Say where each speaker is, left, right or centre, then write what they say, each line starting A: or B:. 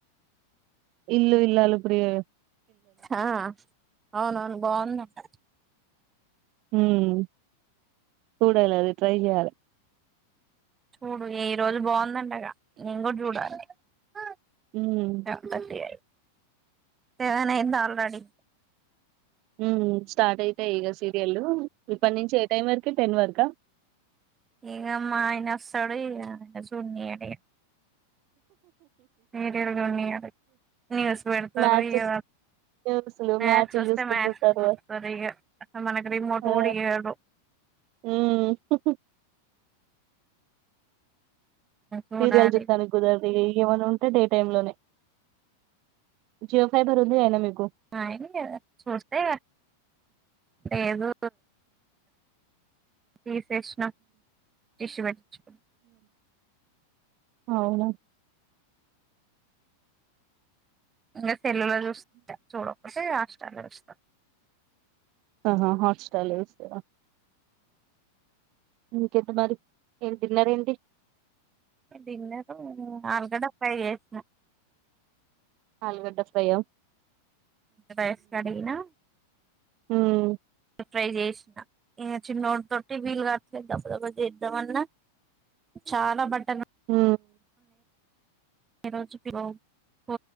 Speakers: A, on the right (about 40°); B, on the right (about 20°).
A: ఇల్లు ఇల్లాలు ప్రియే
B: ఆ అవునవును బావుందంట
A: హ్మ్ చూడాలి అది ట్రై చేయాలి
B: చూడు ఈ రోజు బావుందంట నేను కూడా చూడాలి <unintelligible>
A: ఉమ్
B: సెవెన్ అయింది ఆల్రెడీ
A: హ్మ్ స్టార్ట్ అయితాయి ఇక సీరియల్లు ఇప్పటి నుంచి ఏ టైం వరకు టే టెన్ వరకా
B: ఈఅమ్మా ఆయన వస్తడు ఇగ చూడనీయడిక సీరియల్ చూడనీయరు న్యూస్ పెడతరు
A: మ్యాచ్
B: ఇగ
A: న్యూస్లు
B: మ్యాచ్
A: మ్యాచ్లు
B: వస్తే
A: చూసుకుంటుంటారు
B: మ్యాచ్లు చూస్తారు ఇగ మనకి రిమోట్
A: ఆ
B: కూడా ఈయడు
A: ఉమ్
B: చూడాలి
A: సీరియల్ చూద్దానికి కుదరదు ఇగ ఏమైనా ఉంటే డే టైమ్ లోనే జియో ఫైబర్ ఉంది గా అయినా మీకు
B: అయింది గదా చూస్తే ఏదు తీస్ యష్ణ <unintelligible>
A: అవునా
B: అ తెల్లలో చూస్త చూడ వ రాష్టట వస్త
A: ఆహా హాట్స్టార్ల్ వస్తేవా ఇంకెంత మరి ఏమి తిన్నారండి
B: డిన్నరు ఆల్గడ ఫైవ్ చేసిన
A: నల్గడ్డ ఫయం
B: రైస్ కడినా
A: ఉమ్
B: ట్రై చేసిన ఈ చిన్నోటి తోటి వీలు కాట్లే దడబ్బ దబ్బ చేద్దాంన్నా చాలా బట్
A: హ
B: ఏ రోజు ఫ